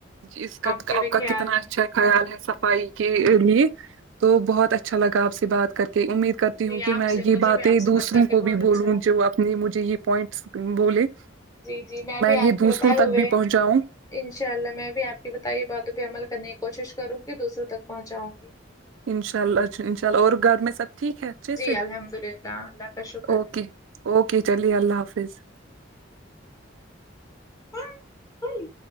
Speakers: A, on the right; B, on the left.
A: اس کا
B: کے
A: آپ
B: بھی
A: کا
B: خیال
A: کتنا اچھا خیال ہے صفائی کے لیے تو بہت اچھا لگا آپ سے بات کر کے امید کرتی ہوں
B: جی آپ
A: کہ میں
B: سے
A: یہ
B: مجھے
A: باتیں
B: بھی آپ سے
A: دوسروں
B: بات کر کے
A: کو
B: بہت
A: بھی
B: اچھا
A: بولوں
B: لگا
A: جو اپنی مجھے یہ پوائنٹس بولے
B: جی جی میں بھی آپ
A: یہ
B: کے
A: دوسروں
B: بتائے
A: تک
B: ہوئے
A: بھی پہنچاؤں
B: انشاء اللہ میں بھی آپ کی بتائیے باتوں پہ عمل کرنے کی کوشش کروں گی دوسروں تک پہنچاؤں گی
A: انشاء اللہ اچھا انشاء اللہ اور گھر میں سب ٹھیک ہے اچھے
B: جی
A: سے
B: الحمد للہ اللہ کا شکر
A: اوکے
B: ہے
A: اوکے چلیے اللہ حافظ
B: <unintelligible> ہاں بولی